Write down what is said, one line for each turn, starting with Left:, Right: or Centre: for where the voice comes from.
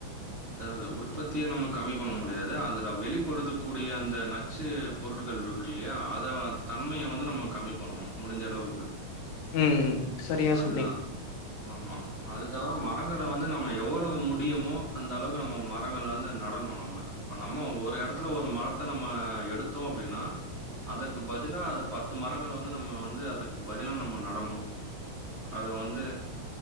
Right: அதாவ்து உற்பத்திய நம்ம கம்மி பண்ண முடியாது அதுல வெளிப்படுத்தக்கூடிய அந்த ந ச்சு பொருள்கள் இருக்கு இல்லயா அத தன்மைய வந்து நம்ம கம்மி பண்ணு முடிஞ்ச அளவுக்கு
Left: ம் சரியா
Right: அதுதா
Left: சொன்னிங்
Right: ஆமா அது தவுர மரங்கள வந்து நம்ம எவ்ளோவு முடியுமோ அந்த அளவுக்கு நம்ம மரங்க வந்து நடணு நம்ம இப்ப நம்ம ஒரு எடத்துல ஒரு மரத்த நம்ம எடுத்தோ அப்டின்னா அதற்கு பதிலா அது பத்து மரங்கள வந்து நம்ம வந்து அதற்கு பதிலா நம்ம நடனு அத வந்து